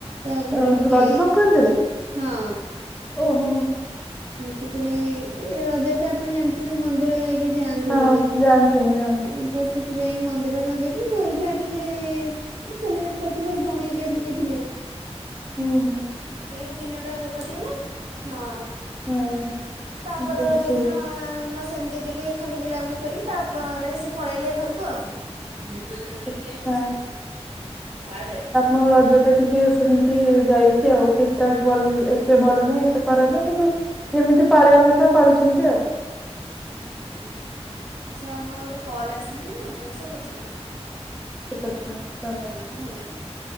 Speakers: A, on the right; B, in the centre.
A: ତ
B: ହଁ
A: ଘରେ ଟିକେ
B: ରଜ ସଂକ୍ରାନ୍ତିରେ
A: ହଁ।
B: ଓହୋ।
A: ସେଥିପାଇଁ ରଜରେ ତ ଆପଣ ଜାଣିଥିବେ ମନ୍ଦିରଇକ ଯାଆନ୍ତିନି
B: ହଁ
A: ବି ତ
B: ଜାଣିଥିଲି ହଁ
A: ସେ ସେଥିପାଇଁ ମନ୍ଦିର ନଯାଇକି ଘରେ ଯାହା ଟିକେ ସେଲିବ୍ରେଟ୍ କରିଥିଲୁ ଭଉଣି ରିକାବି ଥିଲେ
B: ହୁଁ ହୁଁ।
A: ସେଇ ଦିନ ଟା କଟିଗଲା ହଁ।
B: ହଁ
A: ତାପରେ
B: ବୁଝିଲି
A: ରଜଦିନ ବାସ୍ ସେମିତି ଟିକେ ଖାଲି ବୁଲାବୁଲି କରି ତାପରେ ସେ ପଳେଇଲେ ଘରକୁ ଆଉ। ଭିଡିଓ ଛାଡୁନୁ
B: ଆଚ୍ଛା।
A: ଟିକେ ଛାଡ଼େ।
B: ମଁ ରଜ ଟା ଟିକେ ସେମିତି ଯାଇଛି ଆଉ ଠିକ୍ ଟ ଭଲ ଏତେ ଭଲ ନାହିଁ ଏତେ ଖରାପ ନାହିଁ କିନ୍ତୁ ଯେମିତି ପାଳିବା କଥା ପାଳିଛନ୍ତି ଆଉ।
A: ଆଚ୍ଛା ଆଚ୍ଛା ହୋଉ ମୋର ଗୋଟେ କଲ୍ ଆସିଲାଣି ମୁଁ ଆପଣଙ୍କ ସହ ପଛରେ କଥା କହୁଛି।
B: ଠିକ୍ ଅଛି ମାମ୍ ଧନ୍ୟବାଦ।
A: ହୁଁ ଧନ୍ୟବାଦ।